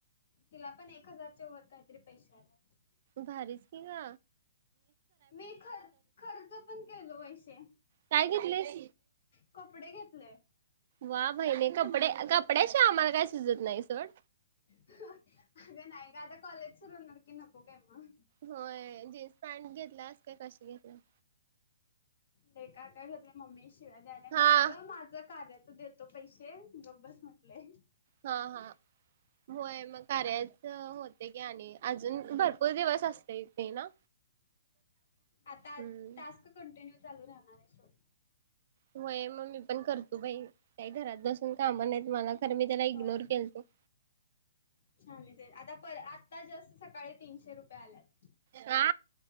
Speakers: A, on the left; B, on the right.
A: तिला पण एक हजारच्या वर काहीतरी पैशे आल्यात.
B: भारीच कि ग.
A: मी ख खर्च पण केलो पैसे.
B: काय घेतलीस?
A: कपडे घेतले
B: वा बहिणे कपडे कपड्या शिवाय आम्हाला काय सुजत नाही सोड.
A: अग नाही ग आता कॉलेज सुरु होणार की नको काय मग.
B: होय जीन्स पॅन्ट घेतल्यास काय कशी घेतल्यास?
A: ते काय काय घेतलं मम्मी शिव्या द्यायल्या मी
B: हा
A: म्हंटल माझं कार्य च देतो पैसे गब्बस म्हटलय.
B: हा हा. होय मग कार्याच होतय की आणि अजून
A: हम्म.
B: भरपूर दिवस असतय ते ना?
A: आता
B: हम्म.
A: टास्क कंटिन्यू चालू राहणार आहे सोड.
B: होय मग मी पण करतो बाई काही घरात बसून काम नाही मला खरं मी त्याला
A: होय
B: इग्नोर केलतो. <inaudible>
A: छान आता पर आता जस्ट सकाळी तीनशे रुपये आल्यात.
B: ह